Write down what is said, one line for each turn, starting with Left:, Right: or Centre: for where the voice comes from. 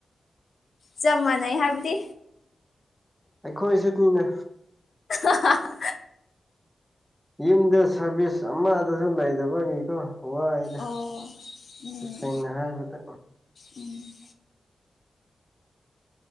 Left: ꯆꯞ ꯃꯥꯟꯅꯩ ꯍꯥꯏꯕꯗꯤ
Centre: ꯑꯩꯈꯣꯏꯁꯤꯅꯤꯅꯦ
Left: ꯑꯍꯥ ꯍꯥ
Centre: ꯌꯨꯝꯗ ꯁꯥꯔꯚꯤꯁ ꯑꯃꯗꯁꯨ ꯂꯩꯗꯕꯅꯤꯀꯣ ꯋꯥꯗ
Left: ꯑꯣ ꯎꯝ
Centre: ꯇꯁꯦꯡꯅ ꯍꯥꯏꯔꯕꯗ
Left: ꯎꯝ